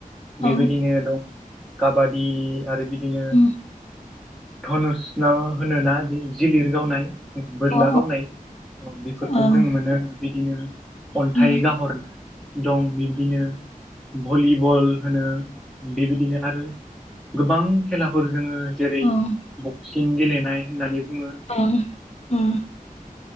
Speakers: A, on the left (about 45°); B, in the centre.
A: अ
B: बेबायदिनो दं काबादि आरो बिदिनो
A: उम
B: धनुसनाब होनोना जिलिर गावनाय बोरला
A: अ
B: गावनाय बेफोरखौ
A: ओं
B: जों मोनो बिदिनो अन्थाइ
A: उम
B: गाहरनाय दं बिब्दिनो भलिबल होनो बेबायदिनो आरो गोबां खेलाफोर जोङो जेरै
A: ओं
B: साबसिन गेलेनाय होननानै बुङो
A: ओं उम